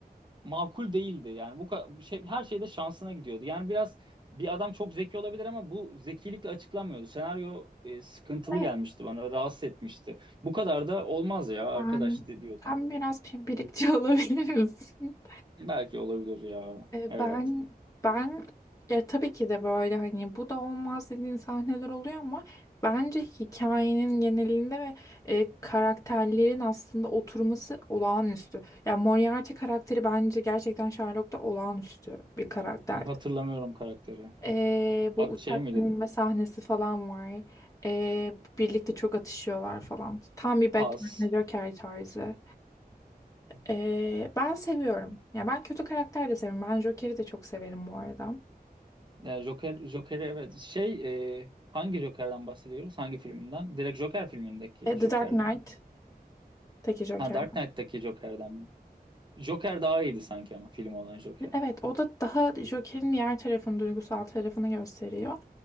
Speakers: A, on the right; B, on the left.
A: makul değildi. Yani bu ka- şey her şeyde şansına gidiyordu. Yani biraz bir adam çok zeki olabilir ama bu zekilikle açıklanmıyordu. Senaryo e, sıkıntılı
B: Ve
A: gelmişti bana, rahatsız etmişti. Bu kadar da olmaz ya arkadaş
B: Sen,
A: di- diyordum.
B: sen biraz pimpirikçi <laughs> olabilir misin?
A: Belki olabilir ya.
B: E,
A: Evet.
B: Ben ben ya tabii ki de böyle hani bu da olmaz dediğin sahneler oluyor ama bence hikayenin genelinde ve e, karakterlerin aslında oturması olağanüstü. Ya Moriarty karakteri bence gerçekten Sherlock'ta olağanüstü bir karakterdi.
A: Hatırlamıyorum karakteri.
B: E, bu
A: Ad-
B: uçak
A: Şey miydi?
B: inme sahnesi falan var. E, birlikte çok atışıyorlar falan. Tam bir Batman
A: Paz.
B: Joker tarzı. E, ben seviyorum. Ya ben kötü karakter de severim. Ben Joker'i de çok severim bu arada.
A: E, Joker, Joker'i evet. Şey e, hangi Joker'den bahsediyoruz? Hangi filminden? Direkt Joker filmindeki
B: E, The
A: Joker'den
B: Dark Knight'taki
A: mi?
B: Joker.
A: Ha Dark Knight'taki Joker'den mi? Joker daha iyiydi sanki ama film olan Joker.
B: Evet o da daha Joker'in diğer tarafını, duygusal tarafını gösteriyor.